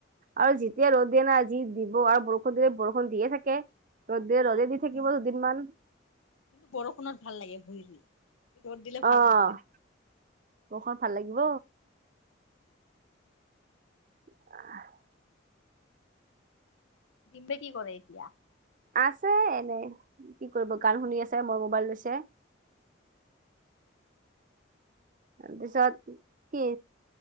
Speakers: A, on the right (about 40°); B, on the left (about 85°).
A: আৰু যেতিয়া ৰ'দ দিয়ে না যি দিব আৰু বৰষুণ দিলে বৰষুণ দিয়ে থাকে। ৰ'দ দিলে
B: অ',
A: ৰ'দে
B: বৰষুণ,
A: দি থাকিব দুদিনমান
B: কিন্তু বৰষুণত ভাল লাগে ভুই ৰুই। ৰ'দ দিলে ভাল
A: অ',
B: নালাগে
A: বৰষুণত ভাল লাগিব। <unintelligible>
B: ডিম্বে কি কৰে এতিয়া?
A: আছে এনে কি কৰিব গান শুনি আছে মোৰ মোবাইল লৈছে। তাৰপিছত কি,